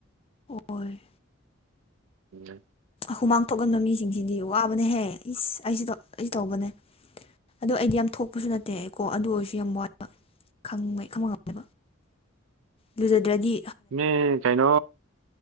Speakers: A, on the left; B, on the right.
A: ꯍꯣꯏ
B: ꯎꯝ
A: ꯍꯨꯃꯥꯡ ꯊꯣꯛꯀꯟꯕ ꯃꯤꯁꯤꯡꯁꯤꯗꯤ ꯋꯥꯕꯅꯦꯍꯦ ꯏꯁ ꯑꯩꯁꯨ ꯇꯧ ꯑꯩꯁꯨ ꯇꯧꯕꯅꯦ ꯑꯗꯣ ꯑꯩꯗꯤ ꯌꯥꯝ ꯊꯣꯛꯄꯁꯨ ꯅꯠꯇꯦ ꯑꯩꯀꯣ ꯑꯗꯨ ꯑꯣꯏꯔꯁꯨ ꯌꯥꯝ ꯋꯥꯠꯄ ꯈꯪꯕꯩ ꯈꯪꯕ ꯉꯝꯅꯦꯕ ꯂꯨꯖꯥꯗ꯭ꯔꯥꯗꯤ
B: ꯃꯤ ꯀꯩꯅꯣ